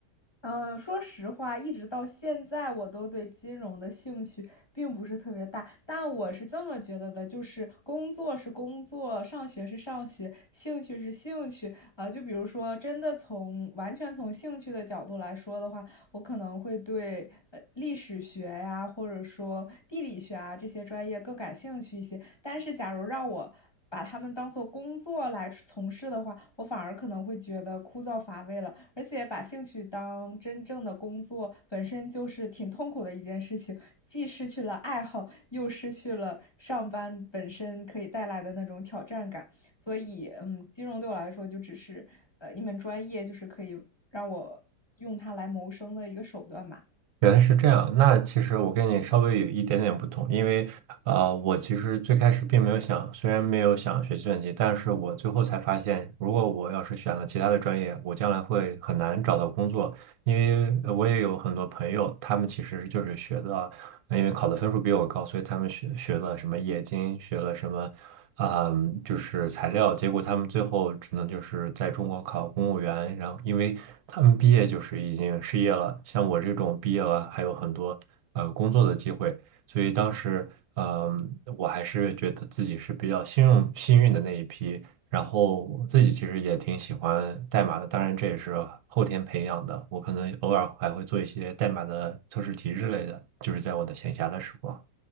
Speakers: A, on the left; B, on the right.
A: 呃，说实话，一直到现在，我都对金融的兴趣并不是特别大。但我是这么觉得的，就是工作是工作，上学是上学，兴趣是兴趣。啊、就比如说，真的从完全从兴趣的角度来说的话，我可能会对呃历史学呀，或者说地理学啊这些专业更感兴趣一些。但是，假如让我把他们当做工作来从事的话，我反而可能会觉得枯燥乏味了。而且，把兴趣当真正的工作本身就是挺痛苦的一件事情，既失去了爱好，又失去了上班本身可以带来的那种挑战感。所以，嗯，金融对我来说就只是呃一门专业，就是可以让我用它来谋生的一个手段吧。
B: 原来是这样，那其实我跟你稍微有一点点不同，因为啊，我其实最开始并没有想，虽然没有想学计算机，但是我最后才发现，如果我要是选了其他的专业，我将来会很难找到工作，因为呃我也有很多朋友，他们其实就是学的。那因为考的分数比我高，所以他们学学了什么冶金，学了什么，嗯，就是材料，结果他们最后只能就是在中国考公务员，然后因为他们毕业就是已经失业了，像我这种毕业了还有很多呃工作的机会，所以当时嗯，我还是觉得自己是比较幸运幸运的那一批。然后我自己其实也挺喜欢代码的，当然这也是后天培养的。我可能偶尔还会做一些代码的测试题之类的，就是在我的闲暇的时光。